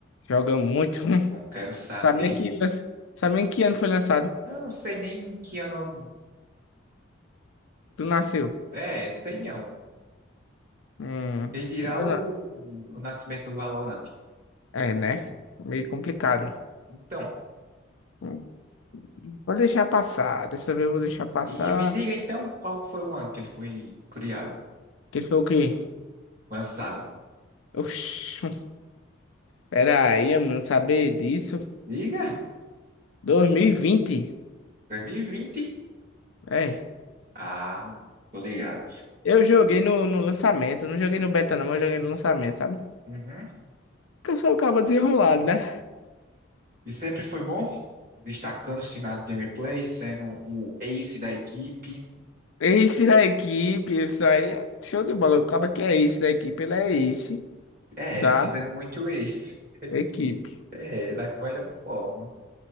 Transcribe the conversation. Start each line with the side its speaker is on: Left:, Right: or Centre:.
Left: Joga muito. hum.
Right: Não quero saber.
Left: Sabe nem que, lan- Sabe nem que ano foi lançado?
Right: Eu não sei nem que ano.
Left: Tu nasceu.
Right: É, não sei não.
Left: Hum,
Right: Ele dirá
Left: eu
Right: o,
Left: não-
Right: o nascimento do Valorant.
Left: É, né? Meio complicado.
Right: Então,
Left: Hum, Vou deixar passar. Dessa vez eu vou deixar passar.
Right: e me diga então, qual que foi o ano que ele foi criado?
Left: Que ele falou o quê?
Right: Lançado?
Left: Oxi, pera aí, eu não saber disso.
Right: Diga,
Left: dois mil e vinte
Right: 2020.
Left: É.
Right: Ah, tô ligado.
Left: Eu joguei no, no lançamento, não joguei no beta não, mas eu joguei no lançamento, sabe?
Right: Uhum.
Left: Porque eu sou o cabo desenrolado, né?
Right: E sempre foi bom, destacando-se nas gameplays, sendo o ace da equipe.
Left: Ace da equipe, isso aí é show de bola. O cabo que é ace da equipe, ele é ace
Right: É,
Left: da
Right: fazendo muito ace. <laughs>
Left: equipe.
Right: E, É, da melhor forma.